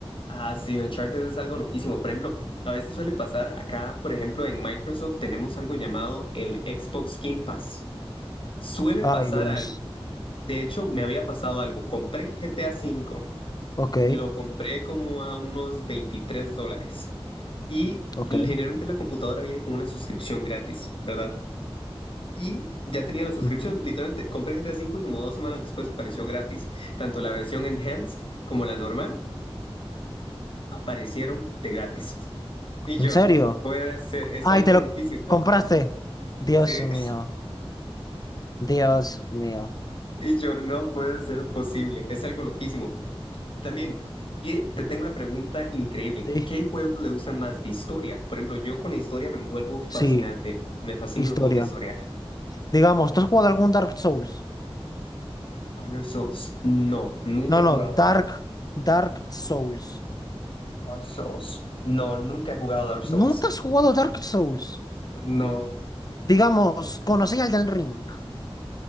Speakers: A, on the left (about 60°); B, on the left (about 40°).
A: Ah, sí, Uncharted es algo loquísimo. Por ejemplo, a veces suele pasar, acá, por ejemplo, en Microsoft tenemos algo llamado el Xbox Game Pass. Suele
B: Ay,
A: pasar
B: Dios.
A: algo. De hecho, me había pasado algo. Compré GTA V,
B: Ok,
A: lo compré como a unos 23 dólares y
B: ok.
A: generalmente la computadora viene con una suscripción gratis, ¿verdad? Y ya tenía la suscripción.
B: ujú.
A: Literalmente compré GTA V y como dos semanas después apareció gratis tanto la versión enhanced como la normal. aparecieron de gratis. Y
B: ¿En
A: yo,
B: serio?
A: no puede ser, es
B: Ay,
A: algo
B: ¿te lo
A: loquísimo.
B: compraste? Dios
A: Sí.
B: mío, Dios mío.
A: Y yo, no puede ser posible, es algo loquísimo. También, y te tengo una pregunta increíble.
B: Sí.
A: ¿Qué juegos le gustan más de historia? Por ejemplo, yo con la historia me envuelvo fascinante.
B: Sí,
A: Me fascinan
B: historia.
A: los juegos de historia.
B: Digamos, ¿tú has jugado algún Dark Souls?
A: Honor Souls, no, nunca
B: No,
A: he jugado.
B: no, Dark, Dark Souls.
A: Dark Souls, no, nunca he jugado Dark Souls.
B: ¿Nunca has jugado Dark Souls?
A: No.
B: Digamos, conocí Elden Ring.